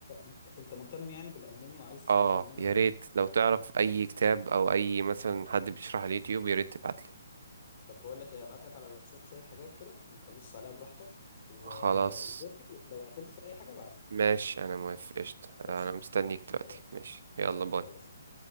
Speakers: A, on the left; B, on the right.
A: انت أنت مهتم يعني بالالماني وعايز
B: اه
A: تذاكر الماني
B: يا
A: او
B: ريت
A: كده
B: لو تعرف اي كتاب او اي مثلا حد بيشرح على اليوتيوب يا ريت تبعتلي
A: طب بقول لك ايه هبعت لك على الواتساب شويه حاجات كده انت بص عليها براحتك و...
B: خلاص
A: وذاكر لو عطلت في اي حاجه ابعت لي
B: ماشي انا موافق قشطة
A: بس
B: انا مستنيك دلوقتي
A: يلا
B: ماشي يلا باي
A: يلا سلام.